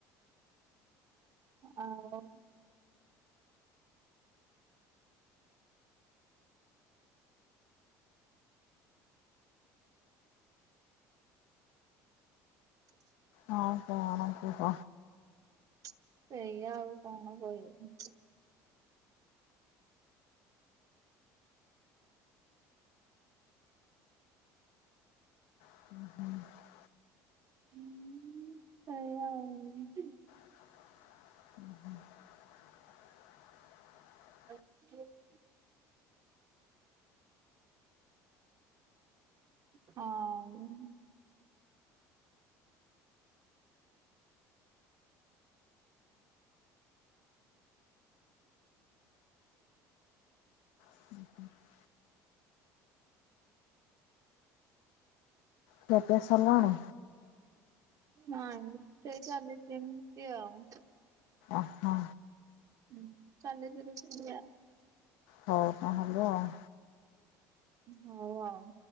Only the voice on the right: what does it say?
ଆମ୍ବ। <inaudible>
<inaudible> ସେଇଆ ଆଉ କଣ କହିବୁ?
ହୁଁ ହୁଁ ସେଇଆଉ।
ଆଠ <inaudible> ହଁ <inaudible>
ନାଇଁ ସେଇ ଚାଲିଛି ସେମିତି ଆଉ।
ହୁଁ ଚାଲିଛି ଦ ସେଇୟା।
ହୋଉ ଆଉ।